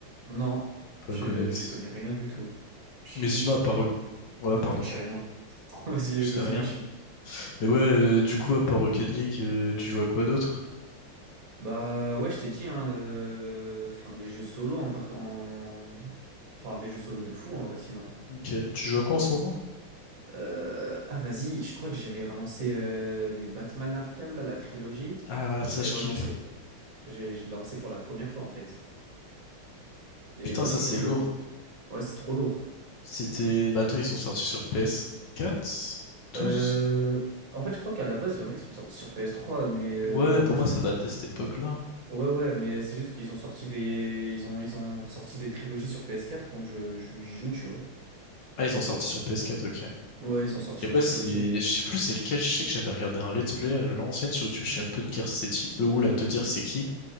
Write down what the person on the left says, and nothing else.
Pas
connaître.
Mais
sinon, à part... Ro- Ouais,
pardon.
Tu
sais rien.
Mais ouais, euh, du coup, à part Rocket League, euh, tu joues à quoi d'autre?
Ok. Tu joues à quoi en ce moment?
Ah,
ça,
je
kiffe.
Putain,
ça,
c'est
lourd.
C'était... Bah attends, ils sont sortis sur ps quatre Tous?
Ouais,
pour moi,
ça date
de cette époque-là. hein.
Ah, ils ont sorti sur ps quatre ok.
Et
ouais,
c'est... Je sais plus c'est lequel. Je sais que j'avais regardé un let's play à l'ancienne sur YouTube. Je sais un peu de qui c'est qui. Le oul à te dire c'est qui.